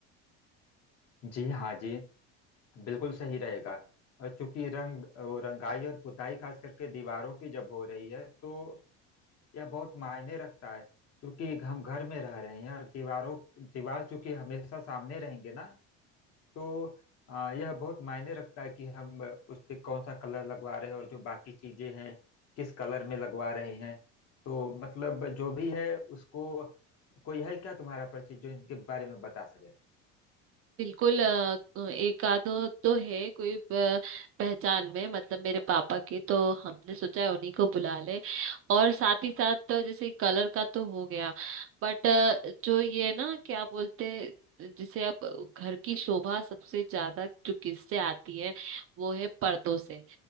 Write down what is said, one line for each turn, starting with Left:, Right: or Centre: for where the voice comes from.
Left: जी हाँ जी बिल्कुल सही रहेगा और चूंकि रंग वो रंगाई और पुताई खास करके दीवारों की जब हो रही है तो यह बहुत मायने रखता है क्योंकि हम घर में रह रहे हैं और दीवारों दीवार चूंकि हमेशा सामने रहेंगे ना तो आ, यह बहुत मायने रखता है कि हम उस पे कौन सा कलर लगवा रहे हैं और जो बाकी चीजें हैं किस कलर में लगवा रहे हैं तो मतलब जो भी है उसको कोई है क्या तुम्हारा परिचित जो इनके बारे में बता सके
Right: बिल्कुल अ, एक आध तो है कोई अ, पहचान में मतलब मेरे पापा के तो हमने सोचा है उन्हीं को बुला ले और साथ ही साथ तो जैसे कलर का तो हो गया बट जो ये है ना क्या बोलते हैं, जिसे आप घर की शोभा सबसे ज्यादा जो किससे आती है वो है पर्दों से